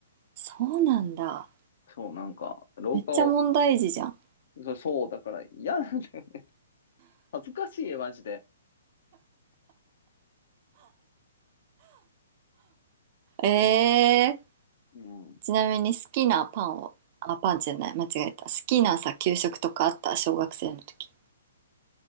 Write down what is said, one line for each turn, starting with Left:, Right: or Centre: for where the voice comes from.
Right: そうなんだ。
Left: そう、なんか、廊下を、
Right: めっちゃ問題児じゃん。
Left: そう、そうだから嫌なんだよね。恥ずかしいよ、マジで。
Right: えー、
Left: うん。
Right: ちなみに好きなパンを、あ、パンじゃない、間違えた。好きなさ、給食とかあった小学生の時。